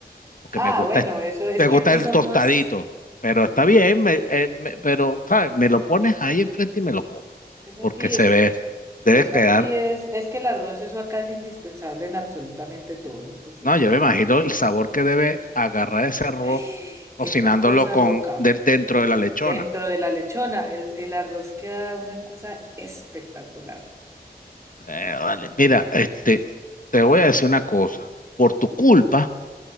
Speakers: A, on the left (about 55°); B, on the right (about 15°).
A: porque
B: Ah,
A: me gusta,
B: bueno, eso es
A: me
B: que
A: gusta
B: aquí
A: el
B: somos.
A: tostadito. Pero está bien, me, eh, me- pero ¿sabes? me lo pones ahí enfrente y me lo como,
B: Eso
A: porque
B: aquí,
A: se
B: eh,
A: ve, debe
B: eso
A: quedar.
B: aquí es, es que el arroz, eso acá es indispensable en absolutamente todo. Eso es
A: No,
B: un-
A: yo me imagino el sabor que debe agarrar ese arroz
B: <gasps>
A: cocinándolo
B: es una cosa
A: con
B: loca.
A: de- dentro de la lechona.
B: Dentro de la lechona, el, el arroz queda una cosa espectacular.
A: Eh, vale, mira, este, te voy a decir una cosa. Por tu culpa